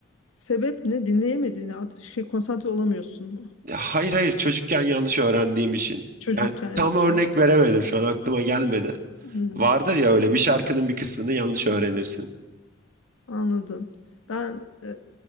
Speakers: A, on the left; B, on the right.
A: Sebep ne? Dinleyemediğini artık şey konsantre olamıyorsun mu?
B: Ya hayır hayır çocukken yanlış öğrendiğim için.
A: Çocukken
B: Yani tam
A: yanlış
B: örnek
A: öğrendim.
B: veremedim şu an aklıma gelmedi.
A: Hmm,
B: Vardır ya öyle bir şarkının bir kısmını yanlış öğrenirsin.
A: anladım. Ben e,